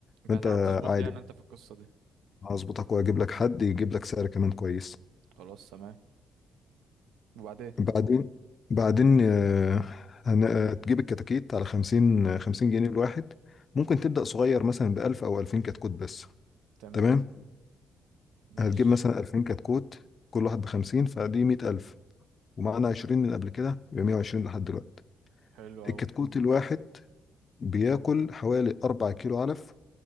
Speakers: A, on the right (about 85°); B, on the left (about 40°).
A: انت
B: فانت
A: هتعرف تظبط
B: عادي
A: لي يعني انت في القصه دي
B: هظبطك واجيب لك حد يجيب لك سعر كمان كويس
A: خلاص تمام وبعدين
B: بعدين بعدين آه، هن... آه، تجيب الكتاكيت على خمسين خمسين جنيه الواحد ممكن تبدأ صغير مثلا بألف أو ألفين كتكوت بس
A: تمام
B: تمام
A: ماشي
B: هتجيب مثلا ألفين كتكوت كل واحد بخمسين فدي مية ألف ومعانا عشرين من قبل كده يبقى مية وعشرين لحد دلوقتي
A: حلو قوي
B: الكتكوت الواحد بياكل حوالي أربع كيلو علف